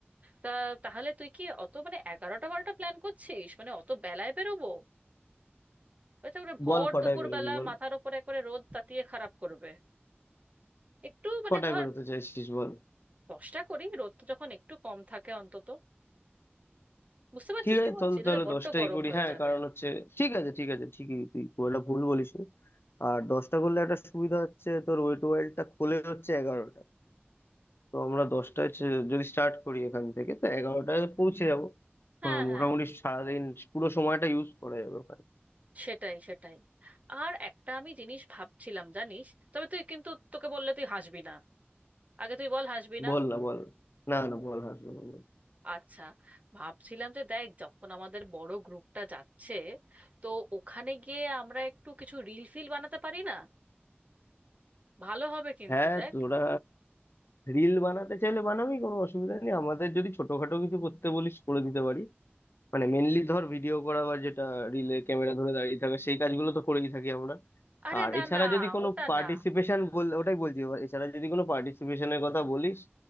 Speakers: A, on the right; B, on the left.
A: তা তাহলে তুই কি অত মানে এগারোটা বারোটা প্ল্যান করছিস মানে অত বেলায় বেরোবো হয়তো ওরা ভর
B: বল কটায়
A: দুপুর
B: বেরোবি
A: বেলা
B: বল
A: মাথার ওপরে একবারে রোদ তাতিয়ে খারাপ করবে একটু মানে
B: কটায়
A: ধর
B: বেরোতে চাইছিস বল
A: দশটা করি রোদটা যখন একটু কম থাকে অন্তত বুঝতে পারছিস
B: ঠিক আছে
A: কি বলছি
B: চল
A: না
B: তাহলে
A: বড্ড
B: দশটাই
A: গরম
B: করি
A: হয়ে
B: হ্যাঁ
A: যাবে
B: কারণ হচ্ছে ঠিক আছে ঠিক আছে ঠিকই তুই খুব একটা ভুল বলিস নি। আর দশটা করলে একটা সুবিধা হচ্ছে তোর ওয়েট ওয়াইল্ডটা খোলে হচ্ছে এগারোটায় তো আমরা দশটায় ছে- যদি স্টার্ট করি এখান থেকে তো এগারোটায় পৌঁছে যাবো
A: হ্যাঁ
B: আহ, মোটামুটি
A: হ্যাঁ
B: সারাদিন পুরো সময়টা ইউজ করা যাবে ওখানে
A: সেটাই সেটাই আর একটা আমি জিনিস ভাবছিলাম জানিস তবে তুই কিন্তু তোকে বললে তুই হাসবি না আগে তুই বল হাসবি
B: বল
A: না
B: না বল না না বল হাসবো না বল।
A: আচ্ছা ভাবছিলাম যে দেখ যখন আমাদের বড় গ্রুপটা যাচ্ছে তো ওখানে গিয়ে আমরা একটু কিছু রিল ফিল বানাতে পারি না ভালো হবে কিন্তু
B: হ্যাঁ
A: দেখ
B: তোরা রিল বানাতে চাইলে বানাবি কোনো অসুবিধা নেই আমাদের যদি ছোটখাটো কিছু করতে বলিস করে দিতে পারি মানে মেনলি ধর ভিডিও করা বা যেটা রিলে ক্যামেরা ধরে দাঁড়িয়ে থাকা সেই কাজগুলো তো করেই থাকি আমরা
A: আরে
B: আর
A: না
B: এছাড়া
A: না
B: যদি কোনো
A: ওটা
B: পার্টিসিপেশন
A: না
B: বল ওটাই বলছি এবার এছাড়া যদি কোনো পার্টিসিপেশনের কথা বলিস